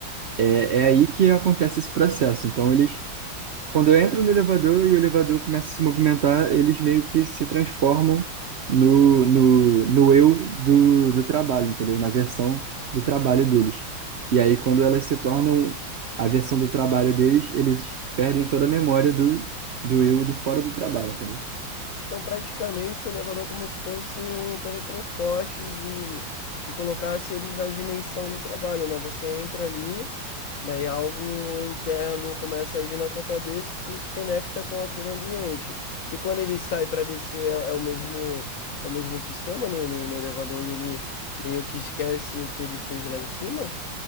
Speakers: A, on the right (about 65°); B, on the left (about 65°).
A: é, é aí que acontece esse processo. Então, eles quando eu entro no elevador e o elevador começa a se movimentar, eles meio que se transformam no, no, no eu do, do trabalho, entendeu? Na versão do trabalho deles. E aí, quando elas se tornam a versão do trabalho deles, eles perdem toda a memória do, do eu do fora do trabalho, entendeu?
B: Então, praticamente, o elevador é como se fosse um teletransporte de que colocasse eles na dimensão do trabalho, né? Você entra ali, daí algo interno começa a agir na tua cabeça e tu se conecta com aquele ambiente. E quando ele sai para descer, é, é o mesmo, é o mesmo sistema no, no, no elevador e ele meio que esquece o que ele fez lá em cima?